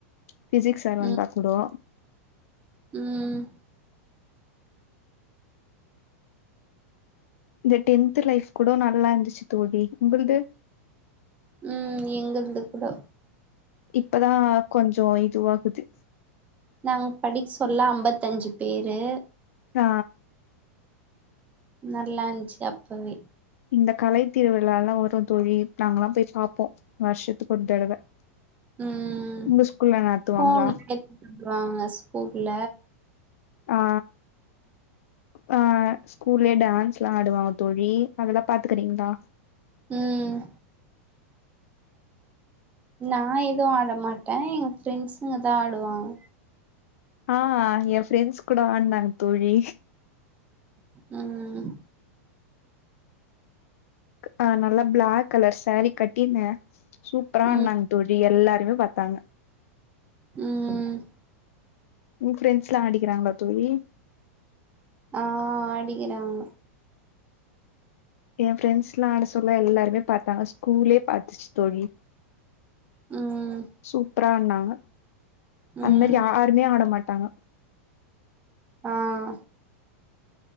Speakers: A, on the left; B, on the right.
A: ஃபிசிக்ஸ் சார் வந்தா
B: ம்
A: கூடோ
B: ம்
A: இந்த டென்த்து லைஃப் கூட நல்லா இந்துச்சு தோழி உங்கிள்து
B: ம் எங்கள்து கூடோ
A: இப்பதா கொஞ்சோ இதுவாகுது
B: நாங் படிக் சொல்ல அம்பத்தஞ்சு பேரு
A: ஆ
B: நல்லாந்ச்சு அப்பவே
A: இந்த கலை திருவிழா எல்லா வரு தோழி நாங்கெல்லா போய் பாப்போ வருஷத்துக் ஒரு தடவ
B: ம்
A: உங்க ஸ்கூல்ல நடத்துவாங்களா
B: ஃபோன்ல எத்து <inaudible> வாங்க ஸ்கூல்ல
A: ஆ ஆ ஸ்கூல்லேயே டான்ஸ்ல்லா ஆடுவாங்க தோழி அதெல்லா பாத்துக்கிறீங்ளா
B: ம் நா எது ஆட மாட்ட எங்க ஃப்ரெண்ட்ஸுங்க தா ஆடுவாங்க
A: ஆ என் ஃப்ரெண்ட்ஸ் கூட ஆட்னாங்க தோழி
B: ம்
A: அ நல்ல பிளாக் கலர் சாரீ கட்டின்னு சூப்பரா
B: ம்
A: ஆட்னாங்க தோழி எல்லாருமே பாத்தாங்க
B: ம்
A: உங் ஃப்ரெண்ட்ஸ்ல்லா ஆடிக்கிறாங்களா தோழி
B: ஆ ஆடிக்கிறாங்க
A: என் ஃப்ரெண்ட்ஸ்ல்லா ஆட சொல்ல எல்லாருமே பாத்தாங்க ஸ்கூலே பாத்துச்சு தோழி
B: ம்
A: சூப்ரா ஆட்னாங்க அந்
B: ம்
A: மேரி யாருமே ஆட மாட்டாங்க
B: ஆ